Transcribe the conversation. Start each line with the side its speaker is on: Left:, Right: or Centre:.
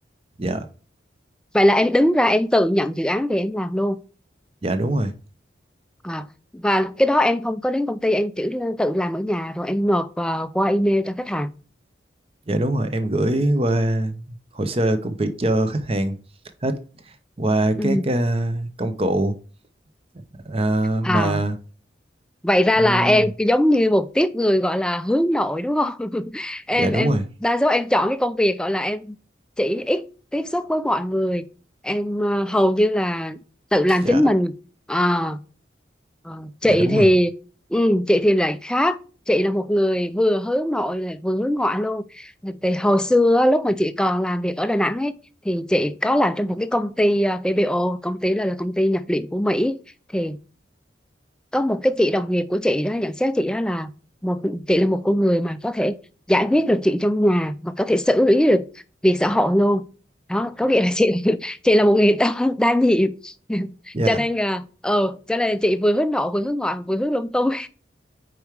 Right: dạ
Centre: Vậy là em đứng ra em tự nhận dự án về em làm luôn.
Right: dạ đúng rồi
Centre: À và cái đó em không có đến công ty em chỉ tự làm ở nhà rồi em nộp vào qua email cho khách hàng.
Right: dạ đúng rồi em gửi qua hồ sơ công việc cho khách hàng hết qua
Centre: Ừ.
Right: các ờ, công cụ Ờ,
Centre: À
Right: mà
Centre: vậy ra
Right: ừm,
Centre: là em giống như một tiếp người gọi là hướng nội đúng không? <laughs> Em
Right: dạ đúng
Centre: em
Right: rồi
Centre: đa số em chọn cái công việc gọi là em chỉ ít tiếp xúc với mọi người. Em à, hầu như là tự làm
Right: dạ
Centre: chính mình. À Ờ, chị
Right: dạ đúng
Centre: thì
Right: rồi
Centre: ừ, chị thì lại khác chị là một người vừa hướng nội lại vừa hướng ngoại luôn thì hồi xưa á, lúc mà chị còn làm việc ở Đà Nẵng ấy thì chị có làm trong một cái công ty à, PBO công ty là, là công ty nhập liệu của Mỹ thì có một cái chị đồng nghiệp của chị đó nhận xét chị đó là một chị là một con người mà có thể giải quyết được chuyện trong nhà và có thể xử lý được việc xã hội luôn đó có nghĩa là chị <laughs> chị là một người đa, đa nhiệm <laughs>
Right: dạ
Centre: cho nên là ờ cho nên chị vừa hướng nội vừa hướng ngoại vừa hướng lung tung